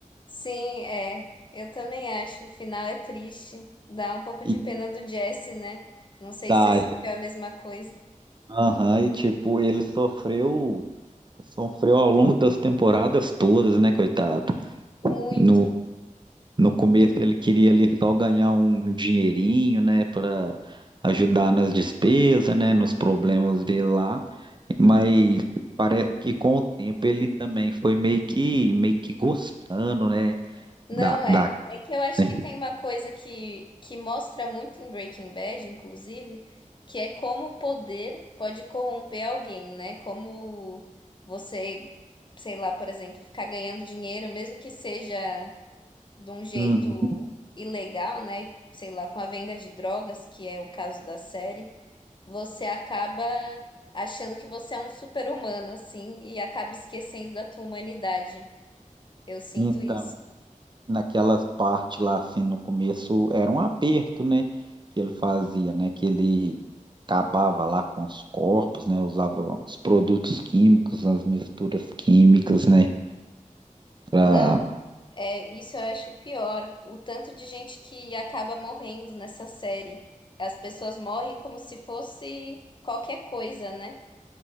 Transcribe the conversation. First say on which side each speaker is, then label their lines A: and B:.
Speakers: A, on the left; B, on the right.
A: Sim, é. Eu também acho. O final é triste. Dá um pouco
B: E
A: de pena do Jesse, né? Não sei
B: daí,
A: se você sentiu a mesma coisa.
B: aham, e tipo, ele sofreu, sofreu ao longo das temporadas todas, né, coitado?
A: Muito.
B: No, No começo ele queria ali só ganhar um dinheirinho, né, para ajudar nas despesas, né, nos problemas dele lá, mas parece que com o tempo ele também foi meio que meio que gostando, né,
A: Não,
B: da da
A: é, é que eu acho
B: né.
A: que tem uma coisa que, que mostra muito em Breaking Bad, inclusive, que é como o poder pode corromper alguém, né? Como você, sei lá, por exemplo, ficar ganhando dinheiro, mesmo que seja de um jeito
B: Uhum.
A: ilegal, né? Sei lá, com a venda de drogas, que é o caso da série, você acaba achando que você é um super-humano, assim, e acaba esquecendo da tua humanidade. Eu sinto
B: Então,
A: isso.
B: naquelas partes lá assim no começo era um aperto, né, que ele fazia, né, que ele acabava lá com os corpos, né, usava os produtos químicos, as misturas químicas, né, para
A: Não. É, isso eu acho pior. O tanto de gente que acaba morrendo nessa série. As pessoas morrem como se fosse qualquer coisa, né?